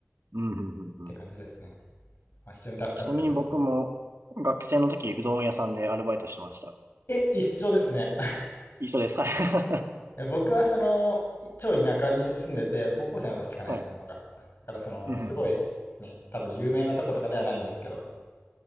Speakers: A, on the right; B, on the left.
A: うん、うん、うんうん。
B: て感じですね、まあ、非常に助かってました
A: ちなみに僕も学生の時、うどん屋さんでアルバイトしてました。
B: え、一緒ですね。
A: 一緒です。はい。
B: <laughs> 僕はその、い超田舎に住んでて、高校生の時かなやってたのが。
A: <laughs> はい。
B: だからその、
A: うんうんうん
B: すごい、ね、多分有名なとことかではないんですけど。